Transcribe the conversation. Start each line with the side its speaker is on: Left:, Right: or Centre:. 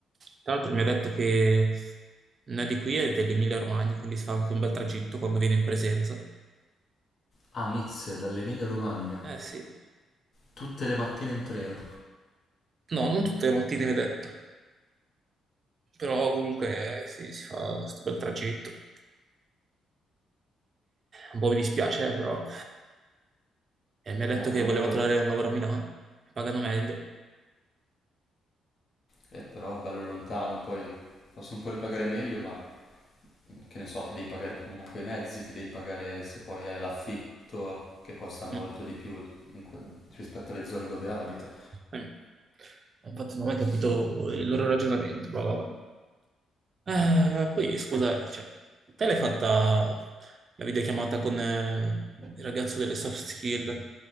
Right: Tra l'altro mi ha detto che non è di qui, è dell'Emilia-Romagna, quindi si fa anche un bel tragitto quando viene in presenza.
Left: Ah, Mizze, dall'Emilia Romagna,
Right: Eh sì.
Left: tutte le mattine in treno.
Right: No, non tutte le mattine mi ha detto, però comunque eh, sì, si fa questo bel tragitto. Un po' mi dispiace, eh, però. Eh, mi ha detto
Left: Eh,
Right: che
Left: bello,
Right: voleva trovare un lavoro a Milano, pagano meglio.
Left: eh, però bello lontano, poi posso un po' ripagare meglio, ma che ne so, ti devi pagare comunque i mezzi, ti devi pagare se poi è l'affitto che costa molto
Right: Mm.
Left: di più in que- rispetto alle zone dove abita.
Right: Mm. Infatti non ho mai capito il loro ragionamento, ma vabbè. Eh, poi scusa, cioè, te l'hai fatta la videochiamata con eh, il ragazzo delle soft skill,